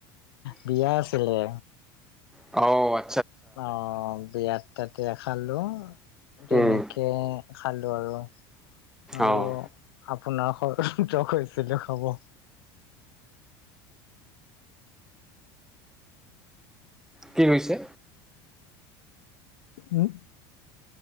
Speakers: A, on the left; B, in the centre.
A: বিয়া আছিলে।
B: অঁ!
A: অঁ বিয়াত তাতে খালো তেনেকে
B: উম।
A: খালো আৰু আৰু
B: অ'
A: আপোনাৰ খৰ ধৰ কৈছিলো খাব।
B: কি কৈছে?
A: হম!